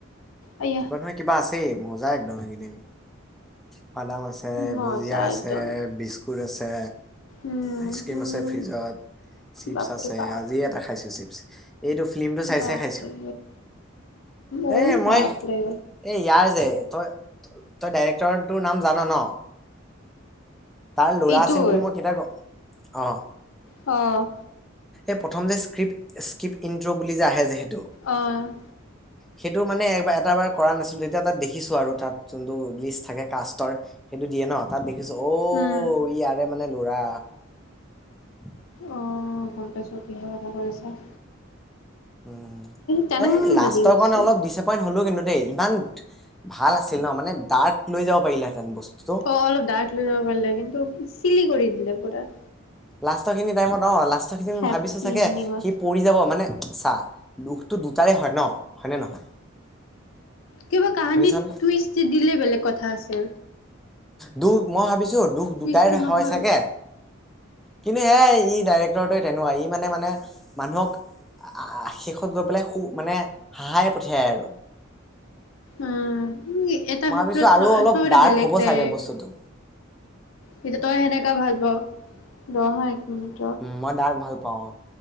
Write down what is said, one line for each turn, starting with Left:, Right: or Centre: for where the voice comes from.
Left: আই
Centre: কিবা নহয় কিবা আছেই মজা একদম এইগেইদিন ভাদাম আছে। এ
Left: মজা
Centre: ভুজিয়া আছে
Left: একদম।
Centre: বিস্কুট আছে।
Left: উম
Centre: আইচক্ৰীম
Left: হুম
Centre: আছে ফ্ৰিজত চিপছ
Left: বাপৰে
Centre: আছে
Left: বাপ।
Centre: আজিয়ে এটা খাইছে চিপছ। এইটো ফিল্মটো চাই
Left: বাপৰে
Centre: চাই খাইছো
Left: অ
Centre: এ মই
Left: বাপৰে
Centre: এ ইয়াৰ যে তই তই ডাইৰেক্টৰ তটো নাম জান ন। তাৰ লৰা
Left: এইটোৰ
Centre: আছিল বুলি মই কেতিয়া কওঁ অঁ'।
Left: অঁ।
Centre: এই প্ৰথম যে স্ক্ৰিপ্ট স্ক্ৰিপ্ট ইনট্ৰ' বুলি যে আহে যে হেতু
Left: অঁ'
Centre: সেইটো মানে এটা বাৰ কৰা নাছিলো তেতিয়া তাত দেখিছো আৰু তাত যোনটো লিষ্ট থাকে কাষ্টৰ। সেইটো দিয়ে ন তাত দেখিছো অঔ
Left: উম
Centre: ইয়াৰে মানে লৰা। <unintelligible>
Left: অঁ গম পাইছোঁ কিহৰ কথা কৈ আছা।
Centre: উম
Left: টানাং
Centre: এই লাষ্টৰ
Left: বাজি উঠছে।
Centre: কৰণে অলপ দিছেপ হলো কিন্তু দেই ইমান ভাল আছিল ন মানে ডাৰ্ক লৈ যাব পাৰিলা হেঁতেন বস্তুতটো।
Left: অ অলপ ডাগ্ক লৈ যাব পাৰিলে কিন্তু চিলি কৰি দিলে পুৰা।
Centre: লাষ্ট খিনি টাইমত অঁ লাষ্ট খিনি মই
Left: হেপ্পী
Centre: ভাবিছো চাগে
Left: এণ্ডিঙত
Centre: সিপ পুৰি যাব মানে চাহ লোখটো দুটাৰে হয় ন হয়নে নহয়।
Left: কিবা কাহানিত
Centre: শুনিছানে
Left: তু ইষ্টি দিলে বেলেগ কথা আছিল।
Centre: দুখ মই ভাবিছো দুখ দুটাই
Left: টুইষ্ট নহ'ল
Centre: হয় চাগে কিন্তু সেয়াই ই ডাইৰেক্টৰটোৱে তেনকুৱা ই মানে মানে মানুহক আ আ শেষত গৈ পেলাই সু মানে হাঁহাই পঠিয়াই আৰু।
Left: উম উ এটা
Centre: মই
Left: ক্ষেত্ৰত
Centre: ভাবিছো আৰু অলপ
Left: চবতে
Centre: ডাৰ্ক
Left: বেলেগ
Centre: হ'ব
Left: টাইপ।
Centre: চাগে বস্তুটো
Left: হিত তই সেনেকা ভাল পাও দহা এক মিনিট
Centre: মই দাক ভাল পাওঁ।